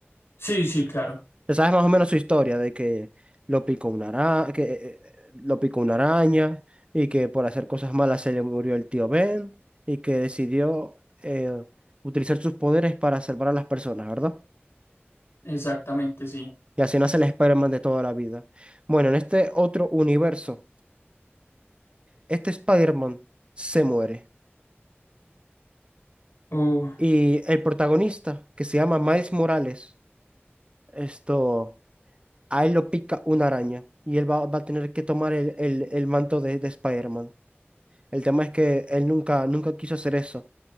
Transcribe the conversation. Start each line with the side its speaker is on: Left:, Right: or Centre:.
Left: Sí, sí, claro,
Right: Te sabes más o menos su historia de que lo picó una araña, que eh, eh, lo picó una araña y que por hacer cosas malas se le murió el tío Ben y que decidió eh, utilizar sus poderes para salvar a las personas, ¿verdad?
Left: exactamente, sí.
Right: Y así nace el Spider-Man de toda la vida. Bueno, en este otro universo, este Spider-Man se muere
Left: Oh,
Right: y el protagonista, que se llama Miles Morales, esto, a él lo pica una araña y él va, va a tener que tomar el, el- el manto de, de Spider-Man. El tema es que él nunca, nunca quiso hacer eso.